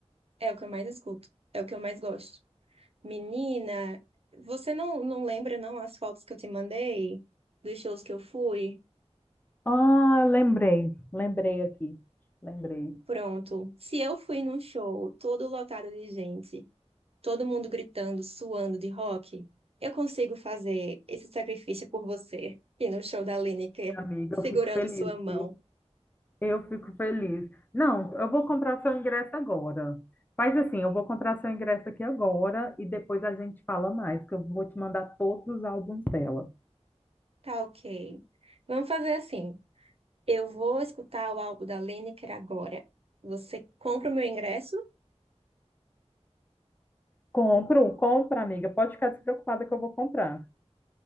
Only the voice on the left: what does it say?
Ah, lembrei, lembrei aqui, lembrei.
Amiga,
eu fico feliz,
viu? Eu fico feliz. Não, eu vou comprar seu ingresso agora. Faz assim, eu vou comprar seu ingresso aqui agora e depois a gente fala mais, que eu vou te mandar todos os álbuns dela.
Compro, compra, amiga. Pode ficar despreocupada que eu vou comprar.